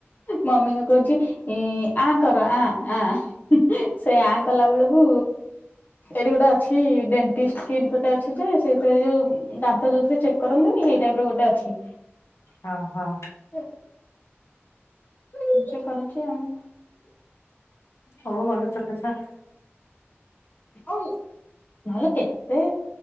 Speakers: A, on the left; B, on the left.
A: ମମିଙ୍କୁ କହୁଚି ଏ ଆ କର ଆ ଆ ସେ ଆ କଲା ବେଳକୁ ଏଇଠି ଗୋଟେ ଅଛି ଡେ କିଡ ଗୋଟେ ଅଛି ଯେ- ସେଥିରେ ଯୋଉ ଦାନ୍ତ ଯୋଉଥିରେ ଚେକ୍ କରନ୍ତିନି, ସେଇ ଟାଇପ ର ଗୋଟେ ଅଛି।
B: ହଁ ହଁ।
A: <unintelligible> ନିଜେ କରୁଚି ଆଉ।
B: ହଉ ଭଲ ଛୋଟ ଛୁଆ।
A: <unintelligible> ନହେଲେ କେତେ?